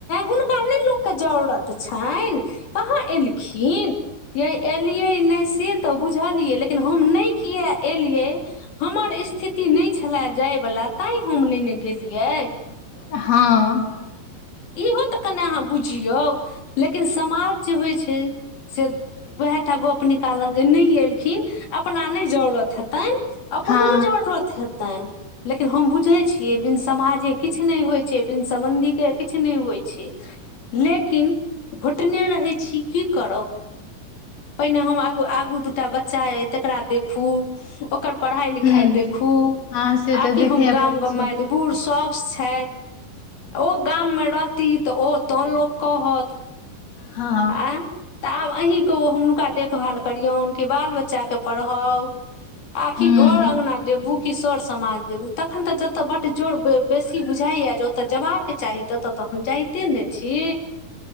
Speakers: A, on the left (about 75°); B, on the left (about 45°).
A: हुनका नहि लोकके जरूरत तऽ छनि कहाँ एलखिन यै एलियै नहि से तऽ बुझलियै लेकिन हम नहि किए एलियै हमर स्थिति नहि छले जाय वाला ताहि हम नेने गेलियै
B: हँ।
A: इहो तऽ कने अहाँ बुझियौ लेकिन समाज जे होइ छै से उएह टा गप्प निकालत जे नहि एलखिन अपना नहि जरूरत हेतनि अपनो
B: हँ
A: जरुरत हेतनि लेकिन हम बुझे छीयै बिन समाजे किछ न नहि होय छै बिन सम्बंधी के किछु नहि होइ छै लेकिन घुटने रहै छी की करब पहिने हम आगू आगू दूटा बच्चा अ तकरा देखू ओकर पढ़ाई लिखाई
B: हुँ
A: देखू
B: हँ से
A: आकि
B: तऽ देखहे
A: हम गाम
B: पड़ै
A: ग
B: छै
A: बूढ़ स छथि ओ गाममे रहती तऽ ओ तो लोक कहत
B: हँ
A: आ तऽ आब अहीँ कहु ओ हुनका देखभाल करियौन कि बाल बच्चाकेँ पढ़ाउ आखि
B: हुँ
A: घर अंगना देबू की सर समाज देबू तखन तऽ जतऽ बड जोर बेसी बुझाइए जे ओतय जेबाक चाही तऽ तऽ हम जाइते ने छी